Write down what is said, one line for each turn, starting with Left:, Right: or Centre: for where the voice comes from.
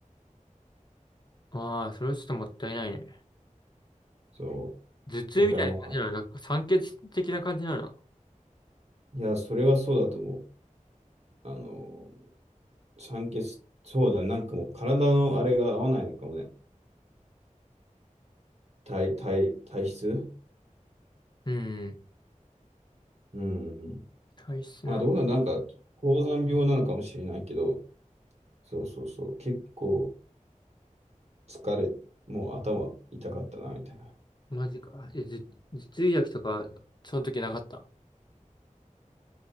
Left: ああ、それはちょっともったいないね。
Right: そ
Left: 頭痛みたいな感じなのなんか酸欠的な感じなの
Right: う。だからまあ、いや、それはそうだと思う。あの、酸欠、そうだね、なんかもう体のあれが合わないのかもね。体、体、体質
Left: うん。
Right: うん。
Left: 体質な。
Right: まあどうなんなんか、高山病なのかもしれないけど、そうそうそう。結構疲れ、もう頭痛かったな、みたいな。
Left: マジか。え、頭、頭痛薬とか、その時なかった